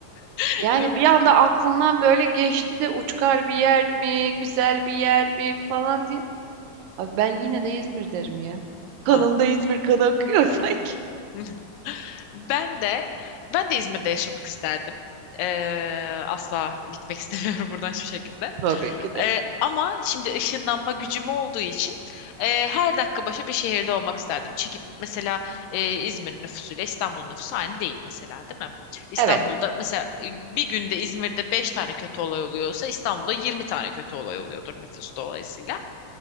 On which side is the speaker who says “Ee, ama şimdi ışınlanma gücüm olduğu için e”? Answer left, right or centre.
Left